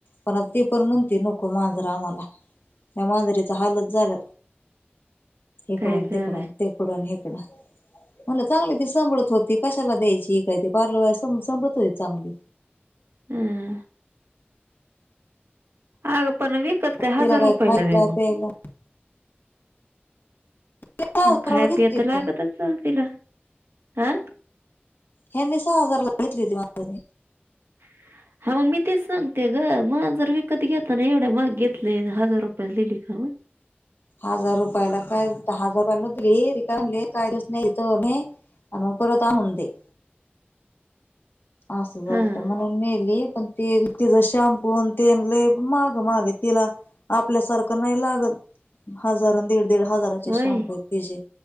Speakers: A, on the left; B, on the right.
A: पण आता ती पण म्हणते नको मांजरा आम्हाला. या मांजरीच हाल झालं इकडून
B: काय गं
A: तिकडून
B: बाई!
A: तिकडून हिक कड. मला चांगली ती संांभळत होती कशाला द्यायची ही काय ते पार्ल संांभळत होती चांगली.
B: हम्म! अग पण विकत काय हजार
A: तिला
B: रुपयला
A: खायला
B: व्हय मग.
A: प्यायला सहा हजाराला
B: खाय
A: घेतली
B: पिया तर
A: नाही
B: लागतच असलं तिला हं.
A: हे मी सहा हजारला घेतली होती.
B: <inaudible> हा मग मी तेच सांगते ग मग जर विकत घेताना एवढ्या माग घेतलं हजार रुपया दिली का मगं. <inaudible>
A: हजार रुपयाला काय हजार रुपया न रिक काय दिवस नाहीथ. म्हणून परत आणून दिली.
B: <inaudible>
A: असं झालत
B: हां,
A: म्हणून मेली पण. ते तिचा शॅम्पू ते ल मागं मागे तिला आपल्यासारखं नाही लागत. हजारां दि. दिड हजाराचे
B: होय.
A: शमप आहेते